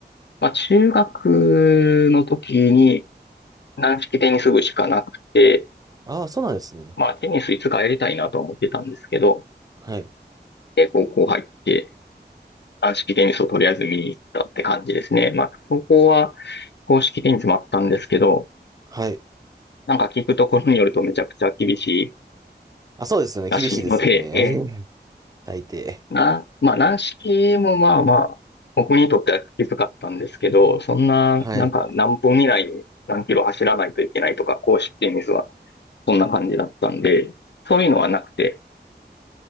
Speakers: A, on the left; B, on the right.
A: まあ、中学の時に軟式テニス部しかなくて、
B: ああ、そうなんですね。
A: まあ、テニスいつかやりたいなとは思ってたんですけど、
B: はい、
A: で、高校入って、軟式テニスをとりあえず見に行ったって感じですね。まあ、高校は公式テニスもあったんですけど、
B: はい。
A: なんか聞くところによるとめちゃくちゃ厳しい
B: あ、そうですよね。
A: らしいので、
B: 厳しいですよね。
A: え
B: <laughs> 大抵。
A: な、まあ、軟式もまあまあ、僕にとってはきつかったんですけど、そんな、
B: はい。
A: なんか何分以内に何キロ走らないといけないとか、公式テニスはそんな感じだったんで、そういうのはなくて、